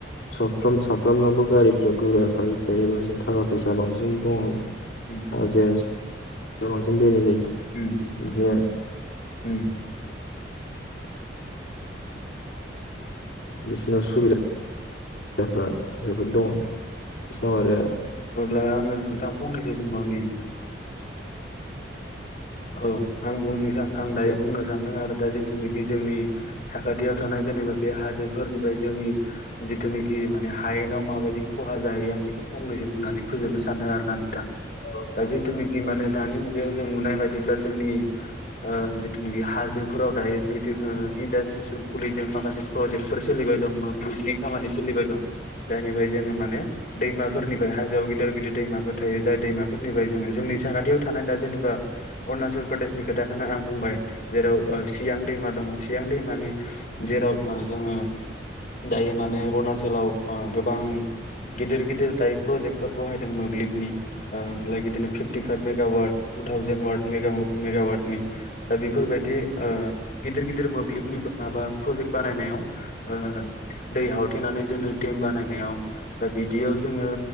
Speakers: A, on the left; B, on the left.
A: साफ्राम साफ्रामनाबो गारिफ्रा गुरा थाजोबखायो बेबादिनो थाखा फैसा बांसिन दङ।
B: उम
A: जेन्स बांसिन दोननाय जायो।
B: उम
A: बिदिनो
B: उम
A: बिसिनाव सुबिदादाफ्रा जोबोद दङ बिसिनाव आरो
B: अब्ला आङो नोंथां फंनैसो बुंबावनि औ आं बुंनि सानो आं दायो
A: दे
B: बुंनो सानदों आरो दा जिथुनाखि जोंनि साखाथियाव थानाय जेनेबा बे हाजोफोरनिफ्राय जोंनि जिथुनाखि माने हायेनाव माबायदि खहा जाहैयो आं बेखौ फंनैसो बुंनानै फोजोबनो सानो आरोना नोंथां
A: औ
B: दा
A: दे
B: जिथुनाखि माने दानि मुगायाव जों नुनाय बायदिब्ला जोंनि ओ जिथुनाखि हाजोफोराव दायो जितु ओ इन्डासट्रिसफोर खुलिदों माखासे प्रजेक्टफोर सोलिबाय दं मोब्लिबनि खामानि सोलिबाय दं जायनिफ्राय जोङो माने दैमाफोरनिफ्राय हाजोआव गिदिर गिदिर दैमाफोर थायो जाय दैमाफोरनिफ्राय जोङो जोंनि साखाथियाव थानाय दा जेनेबा अरुणाचल प्रदेशनि खोथाखौनो आं बुंबाय जेराव सियां दैमा दङ सियां दैमानि जेराव जोङो दायो माने अरुणाचलाव गोबां गिदिर गिदिर दायो प्रजेक्ट फोर बहायदों मोब्लिबनि लाइक बिदिनो fifty five mega watt two thousand watt mega मेगावाटनि दा बेफोरबायदि ओ गिदिर गिदिर मोब्लिबनि माबा प्रजेक्ट बानायनायाव ओ दै हावथेनानै दोनो देम बानायनायाव दा बिदियाव जोङो